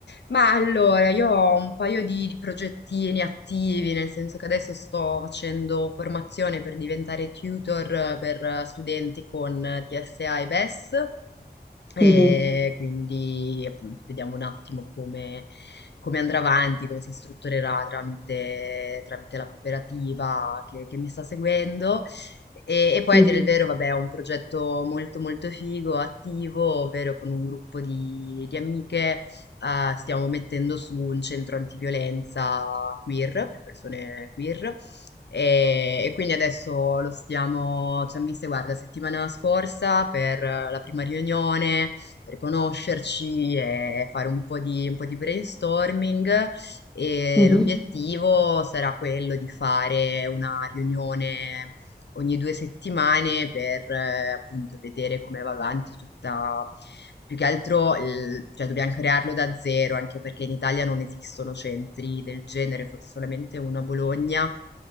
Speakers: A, on the left (about 75°); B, in the centre.
A: Ma allora, io ho un paio di, di progettini attivi, nel senso che adesso sto facendo formazione per diventare tutor eh, per eh, studenti con eh, DSA e BES. E S. E
B: Mhm,
A: quindi appunto vediamo un attimo come, come andrà avanti, come si strutturerà tramite, tramite la cooperativa che, che mi sta seguendo. E, e poi
B: mhm,
A: a dire il vero, vabbè, è un progetto molto molto figo, attivo, ovvero con un gruppo di di amiche eh, stiamo mettendo su un centro antiviolenza queer, per persone queer, e, e quindi adesso lo stiamo, ci hanno viste, guarda, settimana scorsa per eh, la prima riunione, per conoscerci e fare un po' di, un po' di brainstorming e
B: mhm.
A: l'obiettivo sarà quello di fare una riunione ogni due settimane per eh, appunto vedere come va avanti tutta più che altro, il- cioè, dobbiamo crearlo da zero, anche perché in Italia non esistono centri del genere, forse solamente uno a Bologna